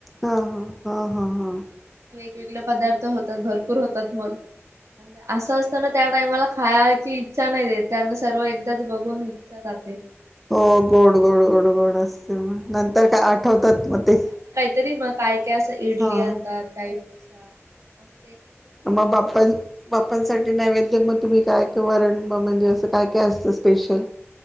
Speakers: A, in the centre; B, on the right.
A: हा हा हा हा हा.
B: वेगलं पदार्थ होतात भरपूर होतात मग. अन असं असताना त्या टाइमाला खायाची इच्छा नाही देत, कारण का सर्व एकदाच बघून इच्छा जाते.
A: हो गोड गोड गोड गोड असते मग, नंतर काय आठवतात मग ते.
B: तरी मग काय काय असं इडली
A: हा
B: आणतात काही डोसा अस
A: मग बाप्पा बाप्पांसाठी नैवेद्य मग तुम्ही काय वरण म म्हणजे असं काय काय असतं स्पेशल?